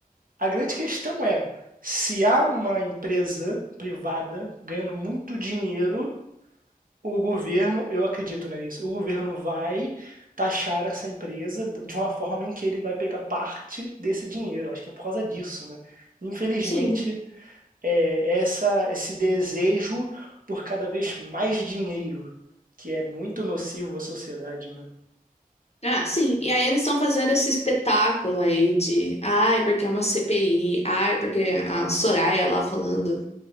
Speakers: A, on the right; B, on the left.
A: a grande questão é, se há uma empresa privada ganhando muito dinheiro o governo, eu acredito né, nisso, o governo vai taxar essa empresa de uma forma em que ele vai pegar parte desse dinheiro. Acho que é por causa disso, né? Infelizmente,
B: Sim.
A: é é essa, esse desejo por cada vez mais dinheiro, que é muito nocivo à sociedade, né?
B: Ah, sim. E aí eles estão fazendo esse espetáculo aí de, ai, porque é uma CPI, ai, porque a Soraya lá falando,